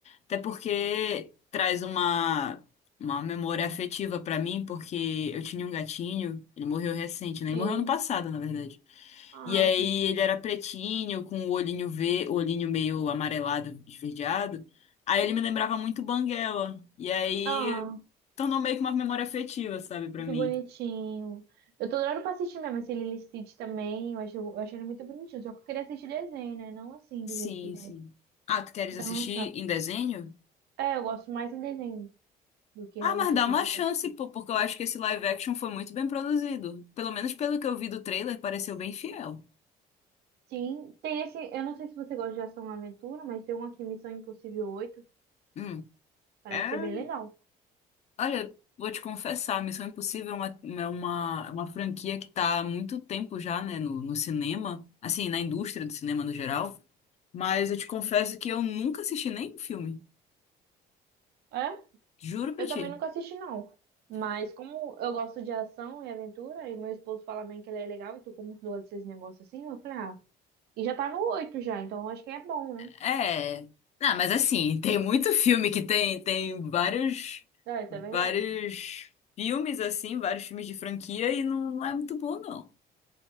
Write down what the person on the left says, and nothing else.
Até porque traz uma, uma memória afetiva pra mim, porque eu tinha um gatinho, ele morreu recente, né? Ele
morreu ano passado, na verdade.
E aí ele era pretinho, com o olhinho ve, o olhinho meio amarelado, esverdeado. Aí ele me lembrava muito Banguela. E aí
tornou meio que uma memória afetiva, sabe, pra
mim.
Sim,
sim. Ah, tu queres
assistir em desenho?
Ah,
mas dá
uma
chance,
pô, porque eu acho que esse live action foi muito bem produzido. Pelo menos pelo que eu vi do trailer, pareceu bem fiel.
Hum.
É.
Olha, vou te confessar, Missão Impossível é uma, é uma, é uma franquia que tá há muito tempo já, né, no, no cinema, assim, na indústria do cinema no geral. Mas eu te confesso que eu nunca assisti nenhum filme.
Juro pra
ti.
É. Não, mas assim, tem muito filme que tem, tem vários,
vários
filmes, assim, vários filmes de franquia e não, não é muito bom, não.